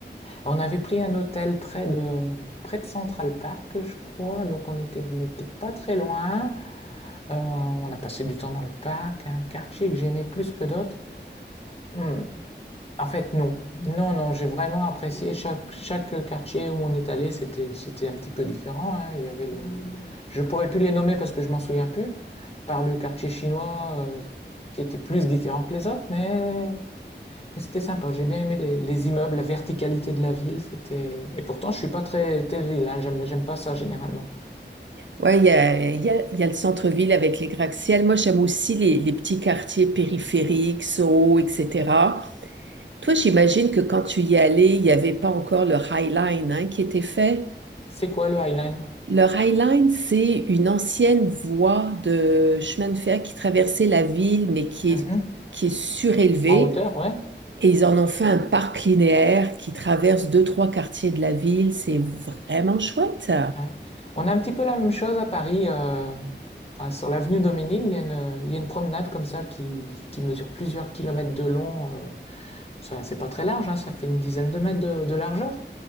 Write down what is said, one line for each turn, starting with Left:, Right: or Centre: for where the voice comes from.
Left: On avait pris un hôtel près de, près de Central Park, je crois, donc on était, on n'était pas très loin. Euh, on a passé du temps dans le parc, un quartier que j'aimais plus que d'autres. Hmm. En fait, non. Non, non, j'ai vraiment apprécié chaque, chaque quartier où on est allé, c'était, c'était un petit peu différent, hein. Il y avait le, je pourrais plus les nommer parce que je m'en souviens plus, par le quartier chinois, euh, qui était plus différent que les autres, mais, mais c'était sympa. J'ai bien aimé les, les immeubles, la verticalité de la ville, c'était, et pourtant, je suis pas très, très ville, hein. J'aime, j'aime pas ça généralement.
Right: Ouais, il y a, il y a- il y a le centre-ville avec les gratte-ciels. Moi, j'aime aussi les, les petits quartiers périphériques, Soho, etc. Toi, j'imagine que quand tu y allais, il n'y avait pas encore le High Line, hein, qui était fait.
Left: C'est quoi le Highline?
Right: Le High Line, c'est une ancienne voie de chemin de fer qui traversait la ville, mais qui est,
Left: Mhm.
Right: qui est surélevée.
Left: En hauteur, ouais.
Right: Et ils en ont fait un parc linéaire qui traverse deux, trois quartiers de la ville. C'est vraiment chouette.
Left: Ouais. On a un petit peu la même chose à Paris. euh, euh, sur l'avenue Daumesnil, il y a une, il y a une promenade comme ça qui, qui mesure plusieurs kilomètres de long. euh, ça, c'est pas très large, hein, ça fait une dizaine de mètres de, de largeur.